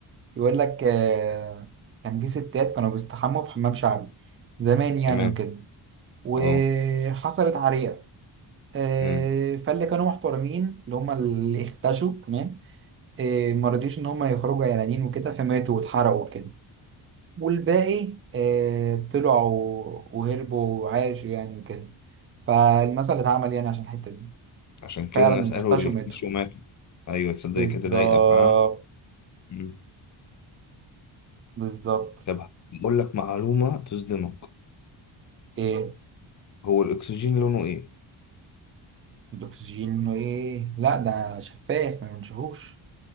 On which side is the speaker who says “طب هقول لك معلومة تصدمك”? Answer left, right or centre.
Left